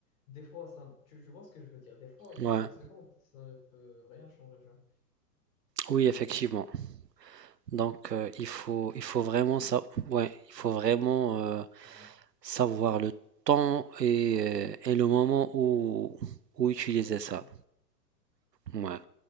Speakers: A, on the left (about 55°); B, on the right (about 80°).
A: des fois, ça, tu, tu vois ce que je veux dire, des fois,
B: ouais,
A: 5 secondes, ça ne peut rien changer, tu vois.
B: oui effectivement. Donc, euh, il faut, il faut vraiment ça, ouais, il faut vraiment
A: Mhm,
B: euh,
A: mhm.
B: savoir le temps et, euh, et le moment où, où utiliser
A: Exactement.
B: ça. Ouais.